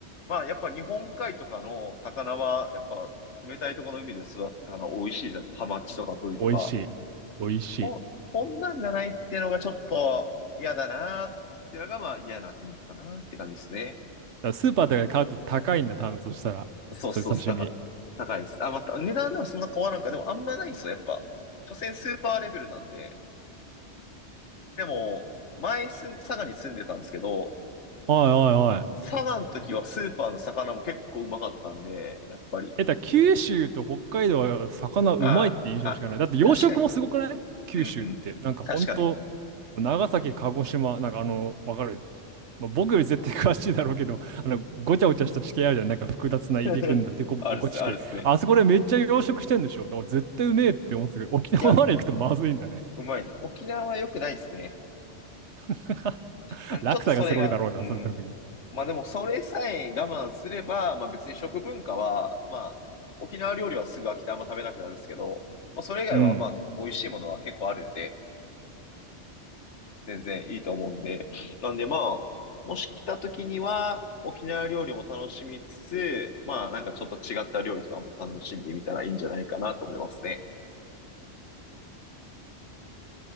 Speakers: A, on the left; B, on the right.
A: まあやっぱ日本海とかの魚は、やっぱ冷たいところの海で育ったから美味しいじゃないですか。ハマチとかブリとか。
B: 美味しい。美味しい。
A: こ、こんなんじゃないっていうのがちょっと嫌だなっていうのがまあ嫌な点かなって感じですね。
B: だからスーパーとかで買うと高いんだ、多分そしたら。
A: そうそう高い。
B: そういう刺身。
A: 高いです。あ、また、値段ではそんな変わらんか。でもあんまないっすよ、やっぱ。所詮スーパーレベルなんで。でも、前す、佐賀に住んでたんですけど、
B: はいはいはい。
A: 佐賀の時はスーパーの魚も結構うまかったんで、やっぱり。
B: え、だから九州と北海道は魚うまいって印象しかない。
A: ああ、あ、
B: だって養殖もすごくない九州って。
A: 確かに。うんうん。
B: なんかほんと、
A: 確かに。
B: 長崎、鹿児島、なんかあの、わかる。まあ、僕より絶対詳しいだろうけど、あの、ごちゃごちゃした地形あるじゃん。なんか複雑な入り組んだデコボコ地形。
A: <laughs> あるっすね、あるっすね。
B: あそこでめっちゃ養殖してんでしょ。だから絶対うめえって思ってたけど、沖縄まで行くとまずいんだね。
A: いや、うまいです。沖縄は良くないっすね。
B: <laughs>
A: まあ、
B: 落差がすごいだろうな、
A: ちょっとそれが、うん。
B: それ特に。
A: まあでも、それさえ我慢すれば、まあ別に食文化は、まあ、沖縄料理はすぐ飽きてあんま食べなくなるんですけど、まあそれ以外はまあ、
B: うん。
A: 美味しいものは結構あるんで、全然いいと思うんで。なんでまあ、もし来た時には、沖縄料理も楽しみつつ、まあなんかちょっと違った料理とかも楽しんでみたらいいんじゃないかなと思いますね。